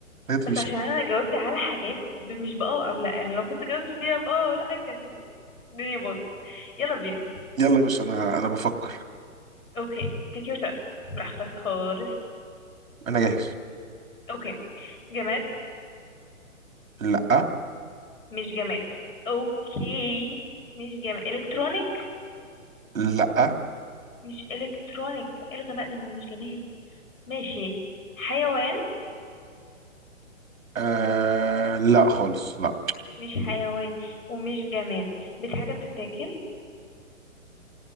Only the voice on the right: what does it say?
حاجات فيش
يلا يا باشا انا انا بفكر
انا جاهز
لا
لا
آه لا خالص لا